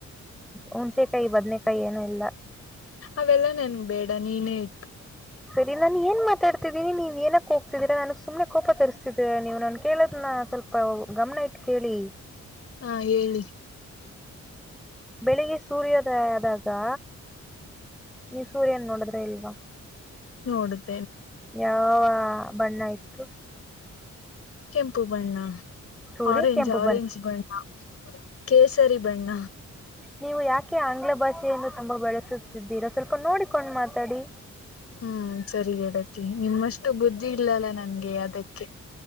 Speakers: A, in the centre; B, on the left.
A: ಹುಣಚೆಕಾಯಿ ಬದ್ನಕಾಯಿ ಏನು ಇಲ್ಲ
B: ಅವೆಲ್ಲ ನನ್ ಬೇಡ ನೀನೇ ಇ
A: ಸರಿ ನನ್ ಏನ್ ಮಾತಾಡ್ತ ೀಿ ನೀ್ ಏನಕ್ ಹೋಗ್ತಿದ್ದೀರಾ ನನಗ್ ಸುಮ್ನೆ ಕೋಪ ತರಿಸತಿದ್ದೀ ನೀವು ನಾನನ್ ಕೇಳೋದ ಸ್ವಲ್ಪ ಗಮನ ಐತಿ ಕೇಳಿ.
B: ಹಾ ಹೇಳಿ.
A: ಬೆಳಿಗ್ಗೆ ಸೂರ್ಯೋದಯ ಆದಾಗ ನೀ ಸೂರ್ಯನ್ ನೋಡಿದ್ರ ಸೇಲ್ವಾ
B: ನೋಡುದು
A: ಯಾವ ಬಣ್ಣ ಇತ್ತು
B: ಕೆಂಪು ಬಣ್ಣ
A: ಸೂರ್ಯ
B: ಆರೆಂಜ್
A: ಕೆಂಪು
B: ಆರೆಂಜ್ ಬಣ್ಣ ಕೇಸರಿ ಬಣ್ಣ
A: ನೀವು ಯಾಕೆ ಆಂಗ್ಲ ಭಾಷೆಯನ್ನು ತುಂಬಾ ಬೆಳಸುತ್ತಿದ್ದೀರಾ ಸ್ವಲ್ಪ ನೋಡಿಕೊಂಡ್ ಮಾತಾಡಿ
B: ಹ್ಮ್ ಸರಿಗಡತಿ ನಿಮ್ಮಷ್ಟು ಬುದ್ಧಿ ಇಲ್ಲಲ್ಲ ನನ್ಗೆ ಅದಕ್ಕೆ